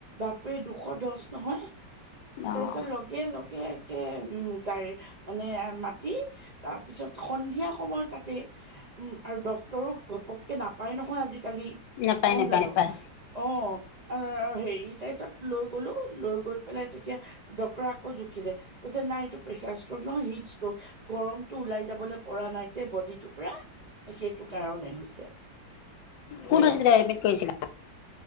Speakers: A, on the right; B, on the left.
A: বাপুৰে দুশ দহ নহয়
B: অঁ
A: তাৰপিছত লগে লগে একে উম গাড়ী মানে মাতি তাৰপিছত সন্ধিয়া সময়ত তাতে উম আৰু ডক্টৰো ঘপককে নাপায় নহয় আজিকালি
B: নাপায়
A: নহয়
B: নাপায়
A: জানো
B: নাপায়
A: অহ হেৰি তাৰপিছত লৈ গলোঁ লৈ গৈ পেলাই তেতিয়া ডক্টৰে আকৌ জুখিলে কৈছে নাই এইটো প্ৰেচাৰ ষ্ট্ৰক নহয় হিট ষ্ট্ৰক গৰমতো ওলাই যাবলে পৰা নাই যে বডিটোৰ পৰা সেইটো কাৰণে হৈছে
B: কোন
A: সেয়া
B: হস্পিটেলত
A: চা
B: এডমিট কৰিছিলা